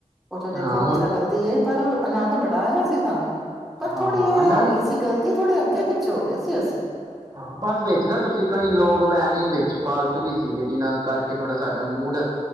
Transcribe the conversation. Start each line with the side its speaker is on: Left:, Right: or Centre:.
Centre: ਉਹਥੇ ਦੇਖੋ
Right: ਹਾਂ
Centre: ਇੱਛਾ
Right: ਹੁਣ
Centre: ਕਰਦੀ ਹੈ ਪਰ ਆਨੰਦ ਬੜਾ ਆਇਆ ਸੀ ਸਾਹਨੂੰ। ਪਰ ਥੋੜ੍ਹੀ
Right: ਹਾਂ
Centre: ਇਹ
Right: ਨਾ
Centre: ਹੋ ਗਈ ਸੀ ਗਲਤੀ ਥੋੜੀ ਅੱਗੇ ਪਿੱਛ ਸੋਂ ਹੋ ਗਏ ਸੀ ਅਸੀ।
Right: ਹਾਂ, ਬਸ ਵਿੱਚ ਨਾ ਤੁਸੀਂ ਕਈ ਲੋਗ, ਵੇਹਮੀਂ ਵਿੱਚ ਫਾਲਤੂ ਵੀ ਸੀਗੇ ਜਿਹਨਾਂ ਦ ਕਰਕੇ ਥੋੜ੍ਹਾ ਸਾਡਾ ਮੂਡ